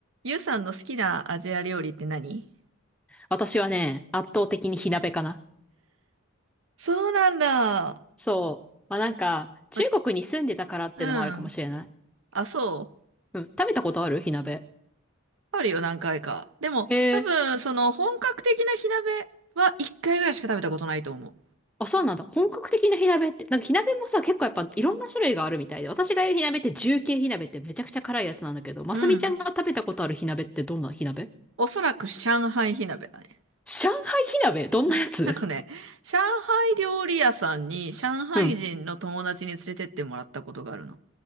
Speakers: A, on the right; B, in the centre.
A: ゆうさんの好きなアジア料理って何
B: 私はね、圧倒的に火鍋かな。
A: そうなんだ。
B: そう。まあ、なんか、中国に住んでたからってのもあるかもしれない。
A: まあちうん。あ、そう。
B: うん。食べたことある火鍋。
A: あるよ、何回か。でも、
B: へえ。
A: 多分、その、本格的な火鍋は一回ぐらいしか食べたことないと思
B: あ、そうなんだ。本格的な火鍋って、なんか火鍋もさ、結構やっぱいろんな種類があるみたいで、私が言う火鍋って重慶火鍋ってめちゃくちゃ辛いやつなんだけど、ますみちゃんが食べたことある火鍋ってどんな火鍋
A: う。うん。おそらく上海火鍋だね。
B: 上海火鍋どんなやつ
A: <laughs> なんかね、上海料理屋さんに上海人の友達に連れてってもらったことがあるの。
B: うん。